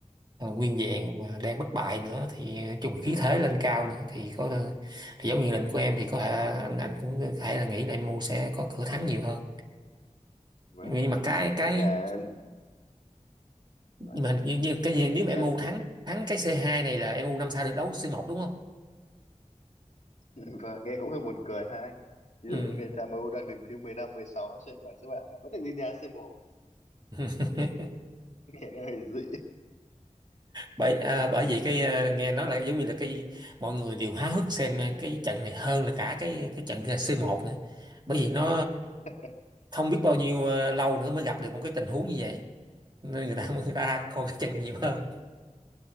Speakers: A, on the right (about 35°); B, on the left (about 65°).
A: ờ, nguyên vẹn mà đang bất bại nữa thì chung
B: đúng
A: khí
B: rồi
A: thế lên cao nữa thì có ờ, thì giống như định của em thì có thể anh anh cũng có thể là nghĩ là MU sẽ có cửa thắng nhiều hơn
B: và
A: nhưng mà cái cái
B: với cả
A: nhưng
B: và
A: mà như, như cái gì nếu
B: thế
A: mà
B: cho
A: MU
B: em
A: thắng thắng cái c hai này là em MU năm sau được đấu c một đúng không
B: <laughs> và nghe cũng hơi buồn cười ha anh ví
A: ừ
B: dụ như người ta MU đang đứng thứ mười lăm mười sáu trên bảng xếp hạng mà vẫn được đi đá c một
A: <laughs>
B: <laughs> nghe nó hơi dị
A: bởi à, bởi vì cái à, nghe nói là giống như là cái mọi người đều háo hức xem cái trận này hơn là cả cái cái trận C1 nữa bởi vì nó
B: <laughs>
A: không biết bao nhiêu à, lâu nữa mới gặp được một cái tình huống như vậy nên người ta <laughs> người ta coi cái trận này nhiều hơn